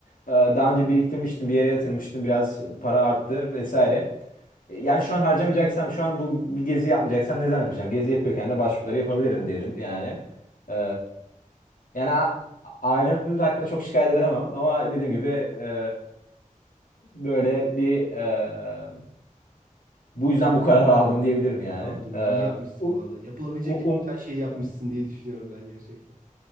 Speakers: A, on the left (about 80°); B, on the right (about 85°).
A: Ee, Daha önce biriktirmiştim, bir yere yatırmıştım, biraz para arttı vesaire. Ee, Yani şu an harcamayacaksam, şu an bu gezi yapmayacaksam ne zaman yapacağım? Gezi yapıyorken de başvuruları yapabilirim dedim yani. Ee, yani a- ailem de hakkında çok şikayet edemem ama dediğim gibi e, böyle bir e, bu yüzden bu kararı aldım diyebilirim yani.
B: Anladım.
A: Ee,
B: İyi yapmışsın
A: u-
B: bu arada. Yapılabilecek
A: u-
B: en
A: um-
B: güzel şeyi yapmışsın diye düşünüyorum ben gerçekten.